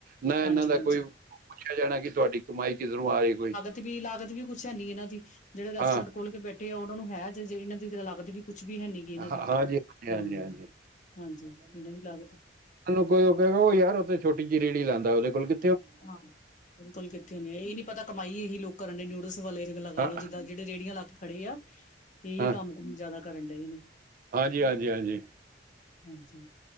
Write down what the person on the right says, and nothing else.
ਨਾ ਇਹਨਾਂ
ਦਾ
ਕੋਈ ਪੁੱਛਿਆ ਜਾਣਾ ਕਿ ਤੁਹਾਡੀ ਕਮਾਈ ਕਿਧਰੋਂ ਆ ਰਹੀ ਕੋਈ
ਹਾਂ
ਹਾਂ
ਹਾਂ ਜੀ ਹਾਂ
ਜੀ ਹਾਂ ਜੀ
ਚਲੋ ਕੋਈ ਉਹ ਕਹੇਗਾ ਉਹ ਯਾਰ ਉਹ ਤੇ ਛੋਟੀ ਜਿਹੀ ਰੇਹੜੀ ਲਾਉਂਦਾ ਉਹਦੇ ਕੋਲ ਕਿ
ਹਾਂ
ਹਾਂ
ਹਾਂਜੀ, ਹਾਂਜੀ-ਹਾਂਜੀ।